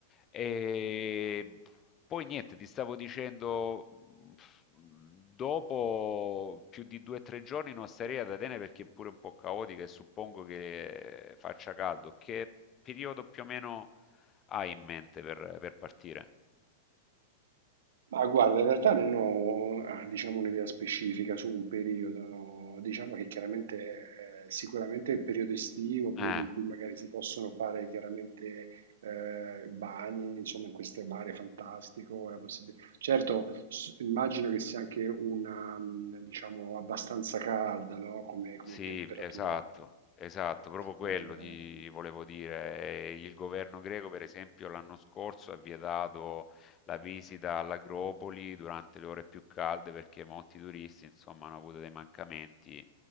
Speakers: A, on the left; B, on the right.
A: E poi niente, ti stavo dicendo, pff, dopo più di due o tre giorni non starei ad Atene perché è pure un po' caotica e suppongo che faccia caldo. Che periodo più o meno hai in mente per, per partire?
B: Ma guarda, in realtà non ho, ah, diciamo, un'idea specifica su un periodo, diciamo che chiaramente eh, sicuramente il periodo estivo, il periodo
A: Eh.
B: in cui magari si possono fare chiaramente eh, bagni, insomma in queste mare fantastico, la possib- Certo, s- immagino che sia anche una, mh, diciamo, abbastanza calda, no? Come, come
A: Sì,
B: temperatura.
A: esatto, esatto, proprio quello
B: eh,
A: ti volevo dire. Eh, Il governo greco, per esempio, l'anno scorso ha vietato la visita all'Acropoli durante le ore più calde perché molti turisti, insomma, hanno avuto dei mancamenti